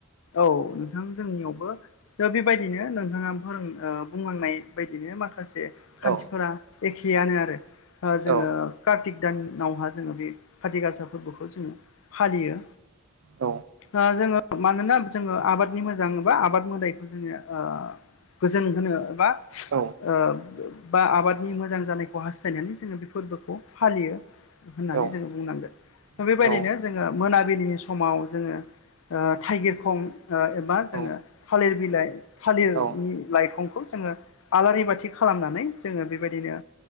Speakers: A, on the left; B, on the right.
A: औ नोंथां जोंनियावबो ओ बेबायदिनो नोंथाङा फोरों बुंलांनाय बायदिनो माखासे खान्थिफोरा
B: औ
A: एखेयानो आरो ओ जोङो
B: औ
A: कार्तिक दानावहा जोङो बे काति गासा फोरबोखौ जोङो फालियो
B: औ
A: ओ जोङो मानोना जोङो आबादनि मोजां बा आबाद मोदायखौ जोङो ओ गोजोन होनो बा
B: औ
A: ओ बा आबादनि मोजां जानायखौ हास्थायनानै जोङो बे फोरबोखौ फालियो होननानै
B: औ
A: जोङो बुंनांगोन
B: औ
A: बेबायदिनो जोङो मोनाबिलिनि समाव जोङो थाइगिर खं ओ एबा जोङो
B: औ
A: थालिर बिलाइ थालिरनि
B: औ
A: लाइखंखौ जोङो आलारि बाथि खालामनानै जोङो बेबायदिनो